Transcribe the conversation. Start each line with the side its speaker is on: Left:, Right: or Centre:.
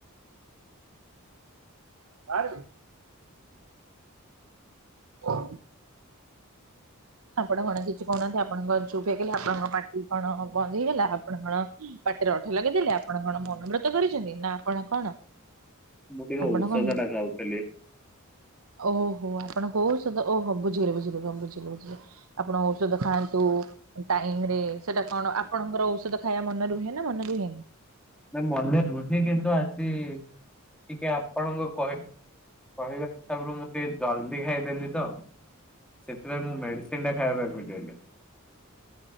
Right: ଆରେ ହଁ ଆପଣ କଣ କିଛି କହୁନାହାନ୍ତି? ଆପଣ କଣ ଚୁପ ହେଇ କଲେ? ଆପଣଙ୍କ ପାର୍ଟି କଣ ବନ୍ଦ ହେଇଗଲା? ଆପଣ କଣ ପାଟିରେ ଅଠା ଲଗେଇଦେଲେ? ଆପଣ କଣ ମୌନବ୍ରତ କରିଛନ୍ତି? ନା ଆପଣ କଣ
Centre: ମୁଁ ଟିକେ
Right: ଆପଣ
Centre: ଔଷଧ
Right: କଣ
Centre: ଟା ଖାଉଥିଲି।
Right: ଓହୋ ଆପଣ କୋଉ ଓଷୋଦ ଓହୋ ବୁଝିିଗଲି ବୁଝିଗଲି ହଁ ବୁଝିଲି ବୁଝିଲି। ଆପଣ ଔଷଧ ଖାଆନ୍ତୁ। ଟାଇମ ରେ ସେଟା କଣ ଆପଣଙ୍କର ଔଷଧ ଖାଇବା ମନେ ରୁହେ ନା ମନେ ରୁହେନି।
Centre: ନାଇଁ ମନେ ରୁହେ କିନ୍ତୁ ଆଜି ଟିକେ ଆପଣଙ୍କୁ କହି କହିବା ହିସାବରୁ ମୁଁ ଟିକେ ଜଲ୍ଦି ଖାଇଦେଲି ତ। ସେଥିପାଇଁ ମୁଁ ମେଡିସିନ ଟା ଖାଇବା ପାଇଁ ଭୁଲିଗଲି।